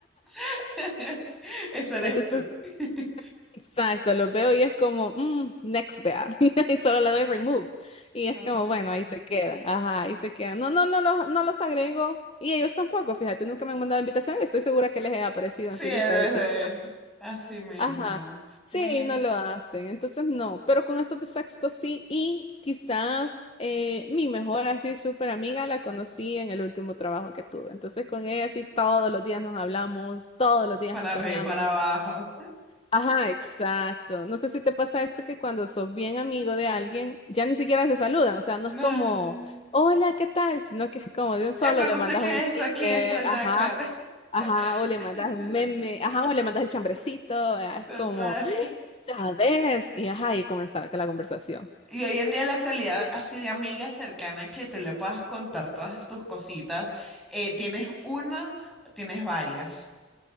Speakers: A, in the centre; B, on the left.
A: <laughs> Eso eres
B: Entonces
A: tú. <laughs>
B: Exacto, lo veo y es como, "Mm, next, vea. <laughs> Y solo le doy remove. Y
A: Total.
B: es como, bueno, ahí se quedan. Ajá, ahí se quedan. No, no, no, los- no los agrego. Y ellos tampoco, fíjate, nunca me han mandado invitación y estoy segura que les he aparecido en
A: Sí,
B: su
A: es
B: lista de que
A: es-
B: quizás.
A: así mismo.
B: Ajá. Sí,
A: Mira,
B: no lo hacen. Entonces, no. Pero con estos de sexto sí. Y quizás eh, mi mejor así súper amiga la conocí en el último trabajo que tuve. Entonces, con ella sí todos los días nos hablamos, todos los días
A: para
B: mensajeamos.
A: arriba, para abajo.
B: Ajá, exacto. No sé si te pasa esto que cuando sos bien amigo de alguien, ya ni siquiera se saludan. O sea, no
A: No.
B: es como, hola, ¿qué tal? Sino que es como de un solo,
A: Epa,
B: le
A: no
B: mandas
A: sé qué
B: un
A: es
B: sticker,
A: esto aquí, esto allá,
B: ajá,
A: claro.
B: ajá,
A: <laughs>
B: o le mandas un meme, ajá, o le mandas el chambrecito. ah, Es
A: Total.
B: como, <gasps> ¿sabes? Y ajá, y comenzar con la conversación.
A: Y hoy en día, en la actualidad, así de amiga cercana que te le puedas contar todas tus cositas, eh, ¿tienes una o tienes varias?